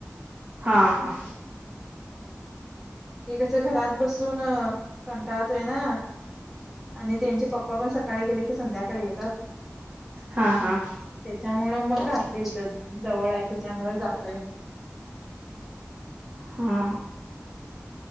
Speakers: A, on the right (about 35°); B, in the centre.
A: हा हा
B: ते कसं घरात बसून कंटाळतोय ना आणि त्यांचे पप्पा पण सकाळी गेले की संध्याकाळी येतात
A: हा हा
B: त्यामुळे मग घातलय इथंच जवळ आहे त्याच्यामुळं जातोय
A: हा